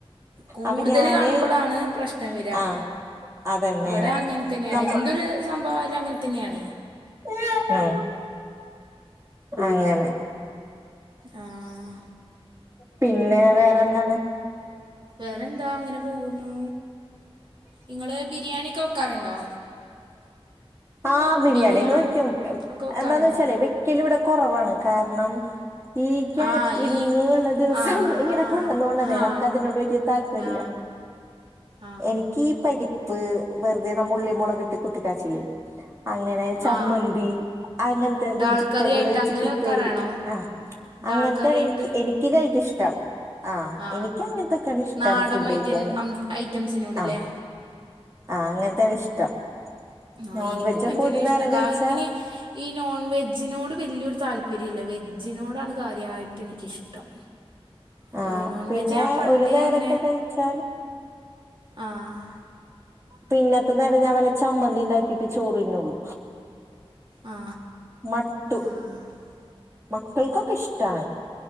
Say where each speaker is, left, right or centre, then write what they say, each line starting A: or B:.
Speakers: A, on the right; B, on the right.
A: കൂടുതൽ
B: അപ്പൊ ഞാന്
A: കാണുമ്പോളാണ് പ്രശ്നം വരാ
B: ആഹ് അതന്നെ
A: ഇവിടെ അങ്ങനെ തന്നെയാണ്
B: നമ്മ
A: എന്തൊരു സംഭവമായാലും അങ്ങനെ തന്നെയാണ്
B: ഉ അങ്ങനെ
A: ആഹ്
B: പിന്നെ വേറെന്താണ്
A: വേറെന്താ അങ്ങനെ പോകുന്നു ഇങ്ങള് ബിരിയാണിക്കെ വെക്കാറുണ്ടോ
B: ആഹ് ബിരിയാണിയൊക്കെ
A: ബിരിയാണി
B: വെക്കും
A: ഒക്കെ വെക്കാറുണ്ടോ
B: എന്താന്ന് വെച്ചാലേ വെക്കല് ഇവിടെ കുറവാണ് കാരണം ഈ കാറ്ററിങ്
A: ആ ഈ
B: ഉള്ള ദിവസം
A: ആ
B: ഇങ്ങനെ
A: ആ
B: കൊണ്ടന്നോണ്ടതേ
A: ആ
B: നമുക്ക് അതിനോട് വലിയ താല്പര്യം
A: ആ
B: ഇല്ല
A: ആ
B: എനിക്ക്ഈ പരിപ്പ് വെറുതെ നാം ഉള്ളി മൊളക് ഇട്ട് കുത്തിക്കാച്ചില്ലേ അങ്ങനെ ചമ്മന്തി
A: ആ
B: അങ്ങൻത്തെ
A: ഡാൾ
B: വെജിറ്റബിൾ
A: കറിയായിട്ട്
B: വെച്ചിട്ട്
A: അങ്ങനെ
B: ഉപ്പേരി
A: വെക്കാറാണോ
B: ആഹ് അങ്ങനത്തേ
A: ഡാൾ കറിയായിട്ട്
B: ആണ് എനിക്ക് എനി ക്കി കൈക്ക് ഇഷ്ടം ആഹ്
A: ആ
B: എനിക്ക് അങ്ങനത്തൊക്കാണ് ഇഷ്ടം
A: നാടൻ
B: ഫുഡ് കഴിക്കാന്
A: ഐറ്റം ഐറ്റംസിനോടല്ലേ
B: ആഹ് ആഹ് അങ്ങനത്തന്ന ഇഷ്ടം
A: ആഹ്
B: നോൺ
A: ഇനിക്കും
B: വെജ്
A: അങ്ങനെ
B: ഒക്കെ
A: തന്നെയ
B: ഒരു നേരം
A: ഇഷ്ടം
B: കഴിച്ചാ
A: കാ ഇങ്ങനെ നോൺ വെജിനോട് വലിയൊരു താല്പര്യംല്ല വെജിനോടാണ് കാര്യായിട്ട് എനിക്കിഷ്ടം
B: ആഹ്
A: ഏ നോൺവെജ്
B: പിന്നെ
A: ഞാൻ പണ്ടേ
B: ഒരു നേരൊക്കെ
A: അങ്ങനെ
B: കഴിച്ചാൽ
A: ആഹ്
B: പിന്നത്തെ നേരം ഞാൻ വല്ല ചമ്മന്തി ഇണ്ടാക്കിട്ടെ ചോറ് തിന്നൊള്ളു
A: ആ
B: മട്ടു
A: ആ
B: മക്കൾക്കൊക്കെ ഇഷ്ടാണ്